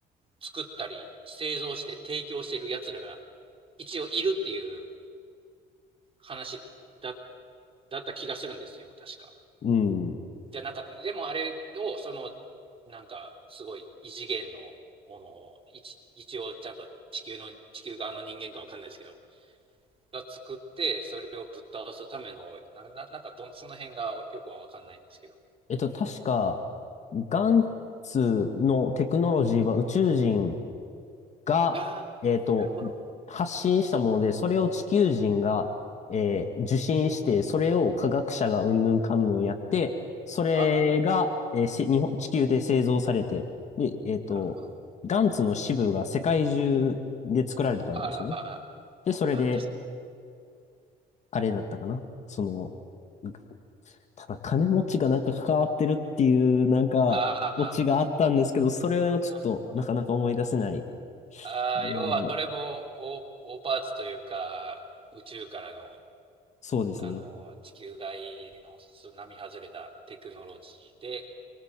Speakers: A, on the right (about 35°); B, on the left (about 45°).
A: 作ったり、製造して提供してる奴らが一応いるっていう話だ、だった気がするんですよ、確か。
B: うん。
A: じゃなかった。でもあれを、その、なんか、すごい異次元のものを、一一応ちゃんと地球の、地球側の人間かわかんないですけど、が作って、それをぶっ倒すための、な、ななんかどその辺がよくはわかんないんですけど。
B: えっと、確か、ガンツのテクノロジーは宇宙人が、
A: ああ、
B: えっと、
A: なるほど。
B: 発信したもので、それを地球人が、えー受信して、それを科学者がうんぬんかんぬんやって、それが、
A: ああ、
B: えーせ日本、地球で製造されて、で、えっと、
A: なるほど。
B: ガンツの支部が世界中で作られたんですよね。
A: ああ、
B: で、それで、
A: ああ、確かに。
B: あれだったかな。その、ただ金持ちがなんか関わってるっていう、なんか、
A: ああ、
B: オチがあったんですけど、それはちょっとなかなか思い出せない。
A: なるほど。ああ、
B: う
A: 要はそれも大、
B: ん、
A: 大パーツというか、宇宙からの、
B: そうですね。
A: あの、地球外のす外れたテクノロジーで、